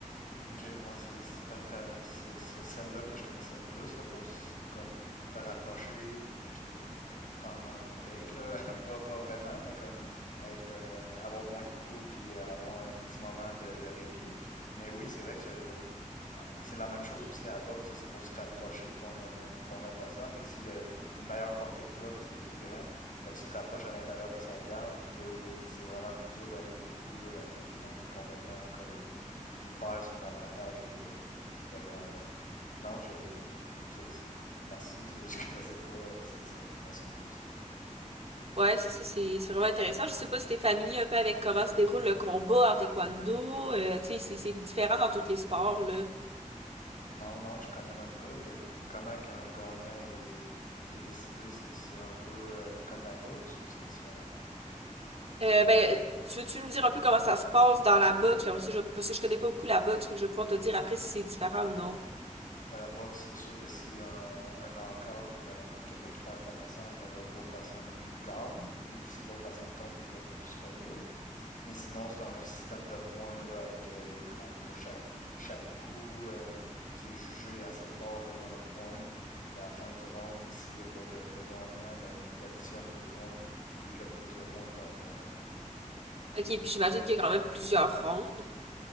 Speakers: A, on the left (about 80°); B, on the right (about 50°).
A: là. Ok, ouais, c'est c'était très- c'est- c'est celle-là que je connaissais le plus là, pour s- comme te rapprocher puis prendre un break, là. <laughs> Pas, pas vraiment, mais comme être euh, avoir moins de coups puis avoir un petit moment de, de répit. Mais oui, c'est vrai que Bah, C'est la même chose aussi à la boxe, là, c'est pour se rapprocher de ton, euh, ton adversaire. Fait que s'il a une meilleure portée que toi parce qu'il est plus grand, ben, tu te rapproches à l'intérieur de sa garde, puis là, il- c'est vraiment plus dur de donner des coups là, à quelqu'un qui est complètement collé de nous, puis il perd son avantage là, de, de grandeur. Non, je, je- c'est- c'est- merci, je, je <laughs> connaissais pas euh, ce- cette façon-là aussi.
B: Ouais, c'est ça, c'est c'est vraiment intéressant. Je sais pas si t'es familier un peu avec comment se déroule le combat en taekwondo, euh, tu sais c'est c'est différent dans tous les sports là.
A: Non, non, je connais même pas que, comment qu'un gagnant est, est décidé. C'est, c'est un peu euh, comme la boxe ou c'est différent?
B: Euh, ben, tu veux-tu me dire un peu comment ça se passe dans la boxe? Après ça, je, parce que je connais pas beaucoup la boxe, fait que je vais pouvoir te dire après si c'est différent ou non.
A: Ben, la boxe, c'est sûr que s'il y a un, un knock-out, ben, quelqu'un qui perd connaissance, ben, l'au- l'autre personne gagne, ou si l'autre personne tombe puis elle peut plus se relever. Mais sinon, c'est un système de points là, avec euh, les frappes. là. Cha- Chaque, coup euh, qui est jugé assez fort donne un point. Puis à la fin du round, s'il n'y a pas de, de gagnant, ben, il additionne les points. Puis lui qui a le plus de points gagne le round.
B: Ok, puis j'imagine qu'il y a quand même plusieurs rondes.